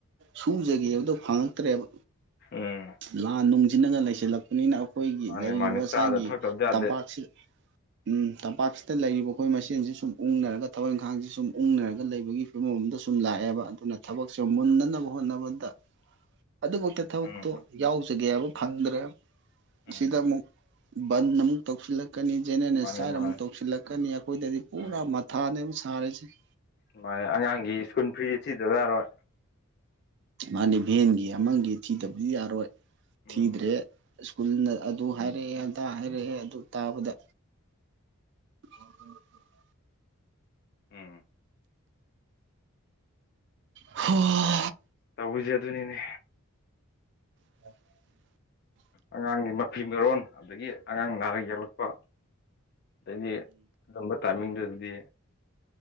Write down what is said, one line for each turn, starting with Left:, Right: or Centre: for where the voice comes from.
Right: ꯁꯨꯖꯒꯦꯗ ꯐꯪꯉꯛꯇ꯭ꯔꯦꯕ
Left: ꯎꯝ
Right: ꯂꯥꯟ ꯅꯨꯡꯁꯤꯅꯒ ꯂꯩꯁꯤꯜꯂꯛꯄꯅ ꯑꯩꯈꯣꯏꯒꯤ
Left: ꯃꯥꯅꯤ
Right: ꯂꯩꯔꯤꯕ
Left: ꯃꯥꯅꯤ ꯆꯥꯗ
Right: ꯁꯥꯢꯒꯤ
Left: ꯊꯛꯇꯕꯗꯤ ꯌꯥꯗꯦ
Right: <inaudible> ꯎ ꯇꯝꯄꯥꯛꯁꯤꯗ ꯂꯩꯔꯤꯕ ꯑꯩꯈꯣꯏ ꯃꯁꯦꯟꯁꯤ ꯁꯨꯝ ꯎꯨꯡꯅꯔꯒ ꯊꯕꯛ ꯏꯪꯈꯥꯡꯁꯤ ꯁꯨꯝ ꯎꯨꯡꯅꯔꯒ ꯂꯩꯕꯒꯤ ꯐꯤꯕꯝꯗ ꯁꯨꯝ ꯂꯥꯛꯑꯦꯕ ꯑꯗꯨꯅ ꯊꯕꯛꯁꯦ ꯃꯨꯟꯅꯅꯕ ꯍꯣꯠꯅꯕꯗ
Left: <inaudible>
Right: ꯑꯗꯨꯕꯥꯎꯇ ꯊꯕꯛꯇꯣ
Left: ꯎꯝ
Right: ꯌꯥꯎ ꯌꯥꯎꯖꯒꯦ ꯐꯪꯗ꯭ꯔꯦ
Left: ꯎꯝ
Right: ꯁꯤꯗ ꯑꯃꯨꯛ ꯕꯟ ꯑꯃꯨꯛ ꯇꯧꯁꯤꯜꯂꯛ ꯀꯅꯤ ꯖꯦꯅꯦꯅꯦꯁꯥꯏꯅ
Left: ꯃꯥꯅꯤ ꯃꯥꯅꯤ
Right: ꯑꯃꯨꯛ ꯇꯧꯁꯤꯜꯂꯛꯀꯅꯤ ꯑꯩꯈꯣꯏꯗꯗꯤ ꯄꯨꯔꯥ
Left: ꯎꯝ
Right: ꯃꯊꯥꯅꯦꯕ ꯁꯥꯔꯤꯁꯦ <inaudible>
Left: ꯃꯥꯅꯦ ꯑꯉꯥꯡꯒꯤ ꯁ꯭ꯀꯨꯜ ꯐ꯭ꯔꯤꯗꯤ ꯊꯤꯗꯕ ꯌꯥꯔꯣꯏ
Right: ꯃꯥꯅꯤ ꯚꯦꯟꯒꯤ ꯑꯃꯒꯤ ꯊꯤꯗꯕꯗꯤ ꯌꯥꯔꯣꯏ
Left: ꯎꯝ
Right: ꯊꯤꯗ꯭ꯔꯦ ꯁ꯭ꯀꯨꯜꯅ ꯑꯗꯨ ꯍꯥꯏꯔꯛꯑꯦ ꯑꯟꯇꯥ ꯍꯥꯏꯔꯛꯑꯦ ꯑꯗꯨ ꯇꯥꯕꯗ ꯑꯣ ꯍ <inaudible>
Left: ꯎꯝ
Right: ꯍꯣ
Left: ꯇꯧꯔꯤꯁꯤ ꯑꯗꯨꯅꯤꯅꯦ
Right: <inaudible>
Left: ꯑꯉꯥꯡꯒꯤ ꯃꯐꯤ ꯃꯔꯣꯟ ꯑꯗꯒꯤ ꯑꯉꯥꯡ ꯅꯥꯔꯛ ꯌꯦꯛꯂꯛꯄ ꯑꯗꯗꯤ ꯑꯗꯨꯝꯕ ꯇꯥꯏꯃꯤꯡꯗꯨꯗꯗꯤ